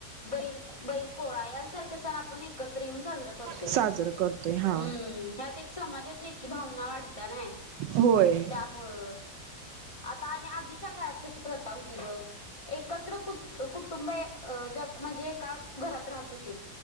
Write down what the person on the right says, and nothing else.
साजरं करतोय हा.
होय